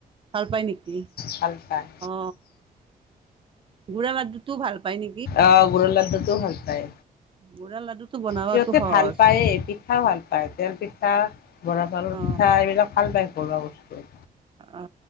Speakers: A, on the right; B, on the left.
A: ভাল পাই নেকি
B: ভাল পায়।
A: অ গু়ৰৰ লাডু তো ভাল পায় নি
B: অ গুৰুৰ লাডু টো ভাল পায়
A: গুড়া লাড্ডুটো বনাবতো
B: সিহঁতে
A: সহজ
B: ভাল পায়ে পিঠাও ভাল পায় তেল পিঠা। বৰা চাউৰ
A: অ
B: পিঠা এইবিলাক ভাল পাই ঘৰুৱা বস্তু।
A: অ